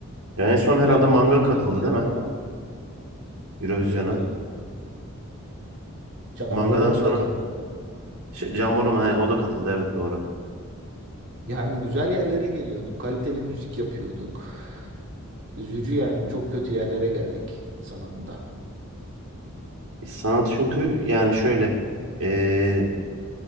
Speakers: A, on the right; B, on the right.
A: Yani en son herhalde
B: Yani
A: Manga katıldı
B: bir selam
A: değil mi?
B: var.
A: Eurovision'a.
B: Ee, Can
A: Mangadan
B: Bonomo
A: sonra
B: da katıldı.
A: şey, Can Bono mu? He, o da katıldı evet doğru.
B: Yani güzel yerlere geliyorduk. Kaliteli müzik yapıyorduk. Üzücü yani. Çok kötü yerlere geldik sanatta.
A: Sanat çünkü yani şöyle eee,